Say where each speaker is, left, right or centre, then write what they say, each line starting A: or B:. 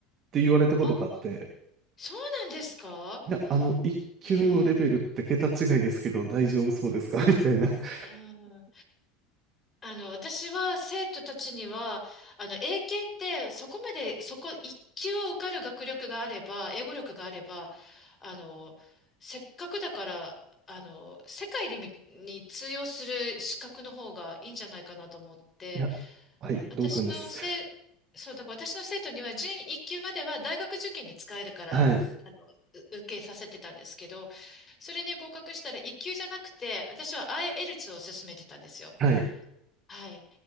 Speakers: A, on the right (about 40°); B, on the left (about 25°).
A: て言われたことがあって、
B: ああ、そうなんですか
A: いや、あの、一級のレベルって桁違いですけど大丈夫そうですか
B: ええ
A: <laughs> みたいな。<laughs>
B: うんあの、私は生徒たちには、あの、英検ってそこまで、そこ一級を受かる学力があれば、英語力があれば、あの、せっかくだから、あの、世界にみ、に通用する資格の方がいいんじゃないかなと思って、
A: いや、はい、
B: 私のせ、
A: 同感です。
B: そう、だから私の生徒には準一級までは大学受験に使えるから、
A: はい、
B: あの、う受けさせてたんですけど、それに合格したら一級じゃなくて、私は IELTS を勧めてたんですよ。
A: はい。
B: はい。っ